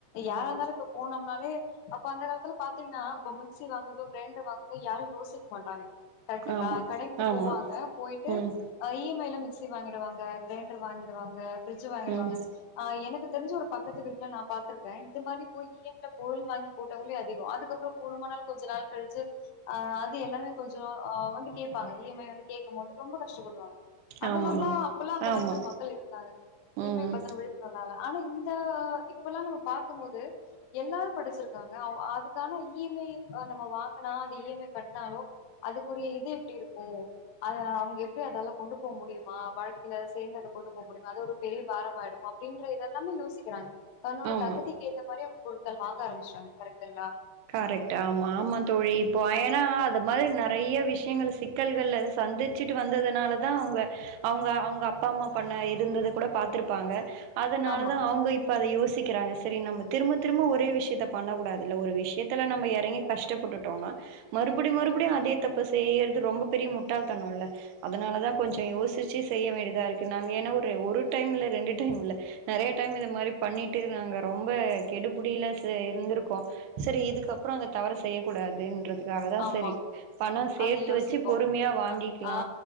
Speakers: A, on the left; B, on the right.
A: யாரா
B: ஆமா
A: இருந்தாலு இப்ப போனம்னாலே அப்ப அந்த அளவுக்குலா பா த்துனா இப்ப மிக்சி வாங்குறது கிரைண்டர் வாங்கறது யாரு யோசிக்க மாட்டாங்க கரெக்டுங்களா
B: ஆமா
A: கடைக்கு
B: ஆமா
A: போவாங்க போயிட்டு
B: ம்
A: ஆ இ எம் ஐ ல மிக்சி வாங்கிடுவாங்க கிரைண்டர் வாங்கிடுவாங்க ஃப்ரிட்ஜ் வாங்கிடுவாங்க
B: ம்
A: ஆ எனக்கு தெரிஞ்சு ஒரு பக்கத்து வீட்ல நா பாத்திருக்கே இது மாரி போய் இ எம் ஐ ல பொருள் வாங்கி போட்டவங்களே அதிகோ அதுக் அதுக்கப்றோ கூடுமான நாள் கொஞ்ச நாள் கழிச்சு ஆ அது எல்லாமே கொஞ்சோ ஆ வந்து கேப்பாங்க இ எம் ஐ வந்து கேக்கு போது ரொம்ப கஷ்டப்படுவாங்க அந்த
B: ஆமா
A: மாரிலா
B: ஆமா
A: அப்பல்லா அந்த
B: ஆமா
A: காலத்துல மக்கள் இருந்தாங்க
B: ம்
A: ஈமை பத்தன்ன விழிப்புணர்வ்னால ஆனா இந்த இப்பெல்லா நம்ம பாக்குபோது எல்லாரு படிச்சிருக்காங்க அவ் அது க்கான இ எம் ஐ ஆ நம்ம வாங்குனா அந்த இ எம் ஐ கட்னாலோ அதுக்குரிய இது எப்டி இருக்கு அத அவுங்க எப்டி அதலா கொண்டு போ முடியுமா வாழ்க்கைல சேங்கர்த கொண்டு போ முடியுமா அது ஒரு பெரிய பாரமாயிடு அப்டின்ற இதெல்லாமே யோசிக்கிறாங்க தன்னோட
B: ஆமா
A: தகுதிக்கு ஏத்த மாரி அவங்க பொருட்கள் வாங்க ஆரம்ச்டாங்க கரெக்டுங்களா
B: கரெக்டு ஆமா ஆமா தோழி இப்ப ஏனா அது <unintelligible> மாரி நெறையா விஷயங்கள்ல சிக்கல்கள்ல சந்திச்சிட்டு வந்ததுனால தா அவுங்க அவுங்க அவுங்க அப் அப்பா அம்மா பண்ண இருந்தத கூட பாத்துருப்பாங்க அதனால
A: ஆமா
B: தா அவங்க இப் ப அத யோசிக்கிறாங்க சரி நம்ம திரும்ப திரும்ப ஒரே விஷயத்த பண்ணக்க கூடாதில்ல ஒரு விஷ இதுல நம்ம எறங்கி கஷ்டப்பட்டுட்டோனா மறுபடி மறுபடியு அதே தப்ப செய்யறது ரொம்ப பெரிய முட்டாள் தனம்ல்ல அதனாலதா கொஞ்சோ யோசிச்சு செய்ய வேண்டியதா இருக்கு நாங்க ஏன்னா ஒரு ஒரு டைம் இல்ல ரெண்டு டைம் இல்ல நெறைய டைம் இத மாறி பண்ணிட்டு நாங்க ரொம்ப கெடுபுடியில செ இருந்திருக்கோ செரி இதுக்கப்பறோ அந்த தவற செய்ய கூடாதுன்றதுக்காக தான்க்
A: ஆமா
B: செரி பணம் சேர்த்து
A: அத யோசிப்போ
B: வச்சு பொறுமையா வாங்கிக்கலா
A: அ ஆ